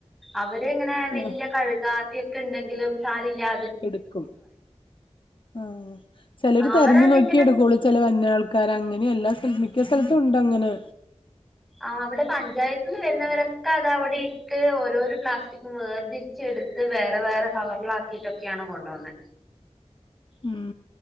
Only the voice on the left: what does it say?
ആ
എടുക്കും ആ ചിലർ തെരഞ്ഞു
നോക്കിയേ എടുക്കള്ളൂ ചില വന് ആൾക്കാർ അങ്ങനെ എല്ലാ സ്ല മിക്ക സ്ഥലത്തും ണ്ട് അങ്ങനെ.
ഉം